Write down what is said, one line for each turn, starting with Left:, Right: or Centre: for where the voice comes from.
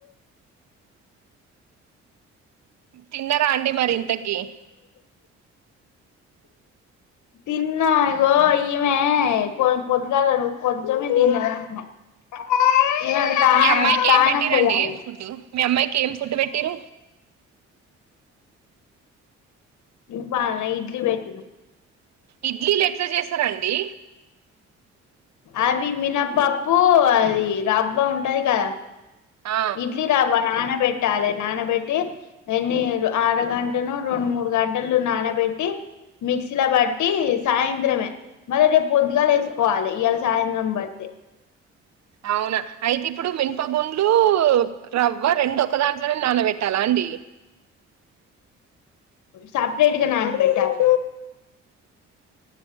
Right: తిన్నారా అండి మరి ఇంతకి
Left: తిన్నాగో ఈమె పొద్దిగాల కొంచమే తిన్నది <inaudible> సాధనము
Right: మీ అమ్మాయికి
Left: సాధనము
Right: ఏం పెట్టిరండి
Left: బోవాలీ
Right: ఫుడ్ మీ అమ్మాయికి ఏం ఫుడ్ పెట్టిరు
Left: ఇ పాలన్నా ఇడ్లీ బెటి
Right: ఇడ్లీలు ఎట్లా చేస్తారాండి
Left: అవి మినపప్పు అది రవ్వ ఉంటది కదా
Right: ఆ
Left: ఇడ్లీ రవ్వ నానా బె పెట్టాలి నానబెట్టి ఎన్ని ఆర గంటను రెండు మూడు గంటలు నానబెట్టి మిక్సీ బట్టి సాయంత్రమే మళ్ళీ రేపు పొద్దుగాలు వేసుకోవాలి ఇళ సాయంత్రం బట్టి <inaudible>
Right: అవునా అయితే ఇప్పుడు మినపగుండ్లు రవ్వ రెండు ఒక దాంట్లోనే నానబెట్టాల అండి
Left: సపరేట్ గా నానా బేట్టాలి